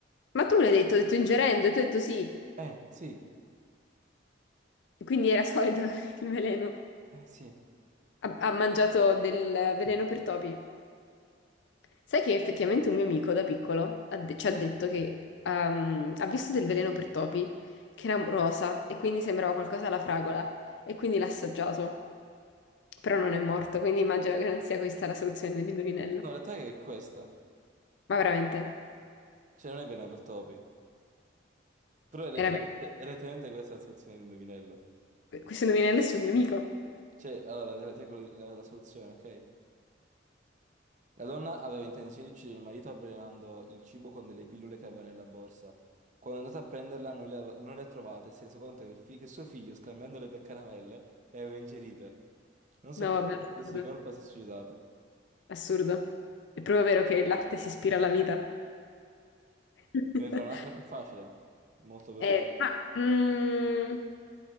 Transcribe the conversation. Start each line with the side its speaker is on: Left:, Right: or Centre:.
Left: Ma tu l'hai detto, hai detto ingerendo, e tu hai detto sì.
Right: Eh, sì,
Left: E Quindi era solido <laughs> il veleno.
Right: eh, sì. No,
Left: ha ha mangiato del veleno per topi. Sai che effettivamente un mio amico da piccolo ha de- ci ha detto che ehm, ha visto del veleno per topi che era rosa e quindi sembrava qualcosa alla fragola e quindi l'ha assaggiato. Però non è morto, quindi immagino che non sia questa la soluzione dell'indovinello.
Right: in realtà è questa.
Left: Ma veramente,
Right: Cioè, non è veleno per topi. Però è letteralmente,
Left: era
Right: è letteralmente questa la soluzione dell'indovinello.
Left: ver- questo indovinello è sul mio amico.
Right: Cioè, allora, te la, te la- la soluzione, ok? La donna aveva intenzione di uccidere il marito avvelenando il cibo con delle pillole che aveva nella borsa. Quando è andata a prenderla non le, ave- non le ha trovate e si è reso conto che, il fi- che suo figlio, scambiandole per caramelle, le aveva ingerite. Non sopportando
Left: No, vabbè,
Right: il senso
Left: assurdo.
Right: di colpa, si è suicidata.
Left: Assurdo. È proprio vero che l'arte si ispira alla vita. <laughs>
Right: Deve fare un'altra più facile, molto veloce.
Left: Eh, ma, mm,